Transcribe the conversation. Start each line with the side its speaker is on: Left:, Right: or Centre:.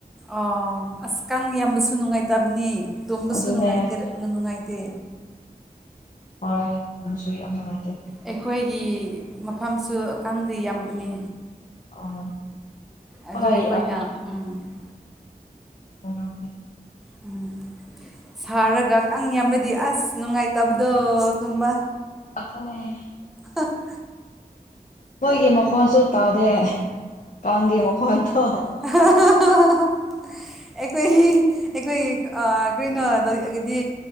Centre: ꯑꯣ ꯑꯁ ꯀꯥꯡ ꯌꯥꯝꯕꯁꯨ ꯅꯨꯡꯉꯥꯏꯇꯕꯅꯦ ꯇꯣꯝꯕꯁꯨ
Left: ꯑꯗꯨꯅꯦ
Centre: ꯅꯨꯡꯉꯥꯏꯇꯦ ꯅꯨꯡꯉꯥꯏꯇꯦ
Left: ꯍꯣꯏ ꯑꯃꯁꯨ ꯌꯥꯝ ꯅꯨꯡꯉꯥꯏꯖꯦ
Centre: ꯑꯩꯈꯣꯏꯒꯤ ꯃꯐꯝꯁꯨ ꯀꯥꯡꯗꯤ ꯌꯥꯝꯕꯅꯤ
Left: ꯑꯥ
Centre: ꯑꯗꯨ
Left: ꯍꯣꯏ
Centre: ꯑꯩꯈꯣꯏꯅ ꯎꯝ
Left: ꯑꯣ
Centre: ꯎꯝ <unintelligible> ꯁꯥꯔꯒ ꯀꯥꯡ ꯌꯥꯝꯕꯗꯤ ꯑꯁ ꯅꯨꯡꯉꯥꯏꯇꯕꯗꯣ ꯇꯨꯝꯕ
Left: <unintelligible>
Centre: ꯑ <unintelligible>
Left: ꯃꯣꯏꯒꯤ ꯃꯈꯣꯟꯁꯨ ꯇꯥꯗꯦ ꯀꯥꯡꯒꯤ ꯃꯈꯣꯟꯗꯣ
Centre: <unintelligible> ꯑꯩꯈꯣꯏꯒꯤ ꯑꯩꯈꯣꯏꯒꯤ ꯀꯔꯤꯅꯣ ꯇꯧꯒꯗꯤ